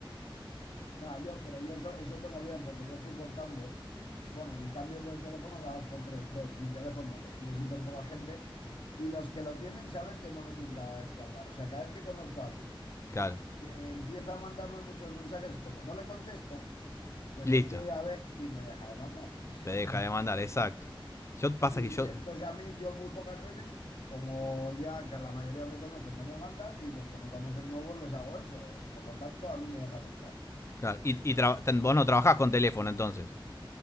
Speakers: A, on the left; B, on the left.
A: no, yo, pero yo eso, eso tengo bien, porque yo fui cortando, bueno, y cambio de teléfono cada dos por tres, entonces mi teléfono lo tiene súper poca gente, y los que lo tienen saben que no me tienen que, que hablar, o sea, cada vez que conozco a alguien
B: Claro,
A: que empieza a mandarme muchos mensajes, como no le contesto, pues
B: listo,
A: el tío ya ve y me deja de mandar.
B: te deja
A: <laughs>
B: de mandar, exacto. Yo pasa
A: Sí,
B: que
A: sí,
B: yo...
A: entonces a mí yo muy pocas veces, como ya que la mayoría me conocen, no me mandan y los que me conocen nuevos les hago eso. eh, Por lo tanto, a mí me dejan en paz.
B: Claro, y, y tra- vos no trabajás con teléfono entonces.